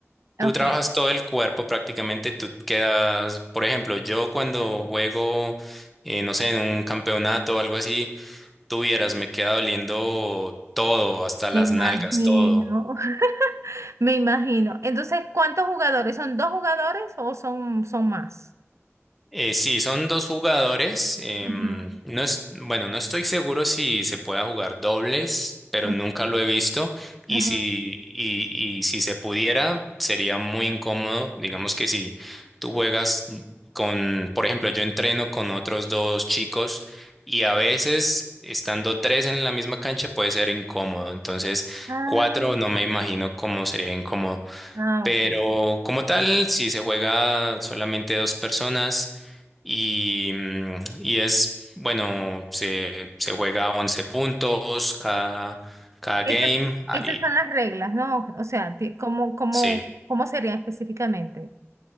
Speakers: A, in the centre; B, on the right.
A: Tú
B: ok,
A: trabajas todo el cuerpo prácticamente, tú quedas, por ejemplo, yo cuando juego, eh, no sé, en un campeonato o algo así, Tuvieras, me queda doliendo todo, hasta las
B: me imagino,
A: nalgas, todo.
B: <laughs> me imagino. Entonces, ¿cuántos jugadores? ¿Son dos jugadores o son, son más?
A: Eh, sí, son dos jugadores. em,
B: Ujú.
A: no es, bueno, no estoy seguro si se pueda jugar dobles, pero
B: Ah,
A: nunca lo he visto. Y
B: ajá.
A: si, y, y si se pudiera, sería muy incómodo. Digamos que si tú juegas con, por ejemplo, yo entreno con otros dos chicos y a veces estando tres en la misma cancha puede ser incómodo. Entonces,
B: Ah,
A: cuatro no me imagino cómo sería incómodo
B: ah,
A: Pero
B: ok.
A: como tal, si se juega solamente dos personas y, mm, y es, bueno, se, se juega 11 puntos cada, cada
B: Esas,
A: game. Ahí,
B: esas son las reglas, ¿no? O sea, ti- ¿cómo, cómo,
A: sí.
B: cómo sería específicamente?